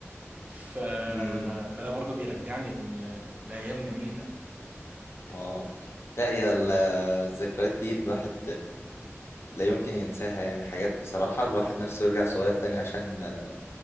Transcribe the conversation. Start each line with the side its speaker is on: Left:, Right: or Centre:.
Right: ف...
Left: مم.
Right: فده برضو بيرجعني ل... لايام جميله
Left: <laughs> آه لا يا ال- الذكريات دي الواحد لا يمكن ينساها يعني حاجات بصراحة الواحد نفسه يرجع صغير تاني عشان آه،